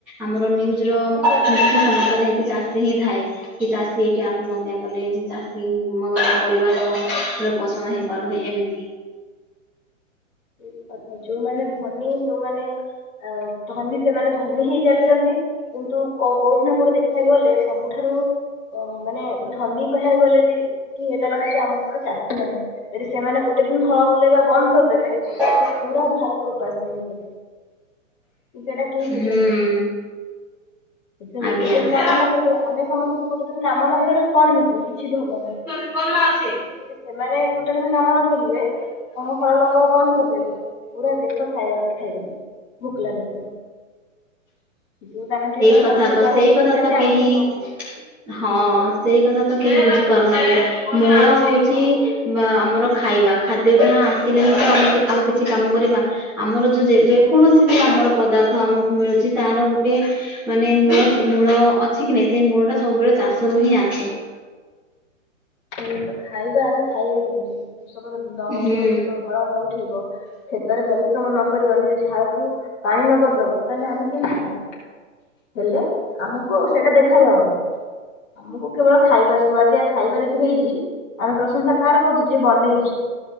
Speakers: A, in the centre; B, on the left.
A: ଆମର ନ୍ୟୁଜୁ ର
B: ସବୁବେଳେ
A: ମୁଖ୍ୟ ସମାଚାର ହେଇକି ଚାଷୀ ହିଁ ଥାଏ। କି ଚାଷୀ ଏଠି ଆତ୍ମହତ୍ୟା କଲେ କି ଚାଷୀ ମମାନେ ପରିବାର ପୋଷଣ ହେଇ ପାରୁନି ଏମିତି।
B: ସେ କଥା ଯୋଉମାନେ ଧନୀ ଯୋଉମାନେ ଆଉ ଧନୀ ସେମାନେ ଧନୀ ହେଇ ଚାଲିଚନ୍ତି। କିନ୍ତୁ କୋ କୋଉଠି ନା କୋଉଠି ଦେଖିବାକୁ ଗଲେ ସବୁଠାରୁ ମାନେ ଧନୀ କହିବାକୁ ଗଲେ ଯେ କି ଏଟା ହେଲାନି ଯେ ଆମ ଦୁଃଖରେ ଚାଷୀ ମାନେ ଯଦି ସେମାନେ ଗୋଟେ ଦିନ ହଳ ବୁଲେଇବା ବନ୍ଦ କରିଦେବେ।
A: ହ।
B: ତ ପୁରା ଭାରତ ଉପାସ ରହିବେ ତ। ସେଟା କେହି ବୁଝନ୍ତି
A: ହୁଁ
B: ନି। ସେଥିରେ
A: ଆଜ୍ଞା।
B: ଗୋଟେ ଦିନ କାମ
A: ସେଇ
B: ନ କରିବେ ଆମେ ସମସ୍ତେ ଗୋଟେ ଦିନ କାମ ନ କରିବା କଣ ହେଇଯିବ କିଛି ବି ହବନି।
A: କଲରା ଅଛି।
B: କିନ୍ତୁ ଯଦି ସେମାନେ ଗୋଟେ ଦିନ କାମ ନ କରିବେ ଆମ ହଳ ଲଙ୍ଗଳ ବନ୍ଦ କର ସେଇପରା ପୁରା ଦେଶ ଖାଇବା ଖାଇବନି ଭୋକିଲା ରହିିଯିବ। ଯୋଉ ଦାନା ଟିକେ ତମ
A: କଥା
B: ପାଟିକି
A: ତ
B: ଯାଉଚି
A: ସେଇ କଥା
B: ସେଟା
A: ତ
B: ବି ଆମକୁ
A: କେହି
B: ପାଉନି।
A: ହଁ ସେଇ କଥା ତ କେହି ବୁଝିପାରୁନାହାନ୍ତି। ମେଳ ହୋଉଛି ବା ଆମର ଖାଇବା ଖାଦ୍ୟ ଟା ଆସିଲେ ହିଁ ତ ଆମେ ଆଉ କିଛି କାମ କରିବା। ଆମର ଯେ ଯୋଉ ଯେକୌଣସି ବି ଆମର ପଦାର୍ଥ ଆମକୁ ମିଳୁଛି ତହାର ଗୋଟେ ମାନେ ମୂଳ ମୂଳ ଅଛି କି ନାଇଁ ସେ ମୂଳ ଟା ସବୁବେଳେ ଚାଷରୁ ହିଁ ଆସେ।
B: ସେଇ ତ ଖାଇବା ଆମେ ଖାଇବା କେମତି କୃଷକ ନ ଉଠେଇବ
A: ହୁଁ।
B: ହଳ ନ ଉଠେଇବ କ୍ଷେତରେ ପରିଶ୍ରମ ନ କରିବ ନିଜ ଝାଳକୁ ପାଣି ନ କରିଦବ ତାହେଲେ ଆମେ କେମିତି ଖାଇବା। ହେଲେ ଆମକୁ ସେଇଟା ଦେଖା ଯାଉନି, ଆମକୁ କେବଳ ଖାଇବା ସୁଆଦିଆ ଖାଇବା ଯଦି- ହେଇଛି ଆମେ ପ୍ରଶଂସା କାହାର କରୁଛୁ ଯିଏ ବନେଇଛି।